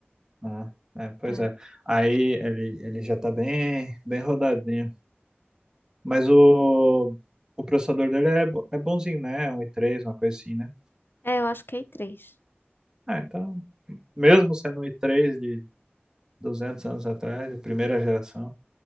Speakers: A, on the right; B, on the left.
A: Ah, é, pois
B: É,
A: é. Aí ele, ele já tá bem, bem rodadinho. Mas o, o processador dele é, bo- é bonzinho, né? É Um i3, uma coisa assim, né?
B: é eu acho que é i3.
A: Ah, então, mesmo sendo um i3 de 200 anos atrás, de primeira geração,